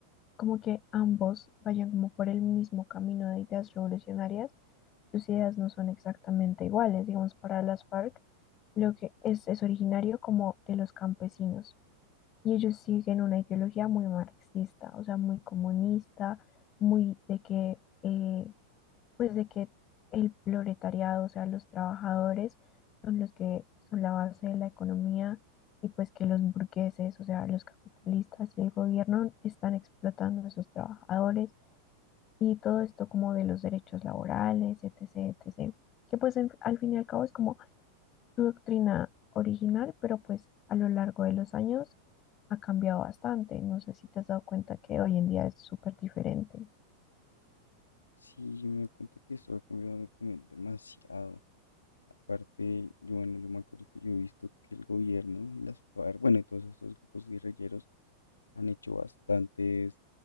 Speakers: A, on the left (about 30°); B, on the left (about 75°).
A: como que ambos vayan como por el mismo camino de ideas revolucionarias, sus ideas no son exactamente iguales. Digamos, para las FARC, lo que es, es originario como de los campesinos, y ellos siguen una ideología muy marxista, o sea, muy comunista, muy de que, eh, pues de que el proletariado, o sea, los trabajadores son los que son la base de la economía y pues que los burgueses, o sea, los capitalistas y el gobierno están explotando a sus trabajadores y todo esto como de los derechos laborales, etcétera, etcétera, que pues en- al fin y al cabo es como su doctrina original, pero pues a lo largo de los años ha cambiado bastante. No sé si te has dado cuenta que hoy en día es súper diferente.
B: Sí, yo me doy cuenta que eso ha cambiado también demasiado. Aparte, yo, bueno, yo me acuerdo que yo he visto que el gobierno y las FARC, bueno, y todos estos grupos guerrilleros han hecho bastantes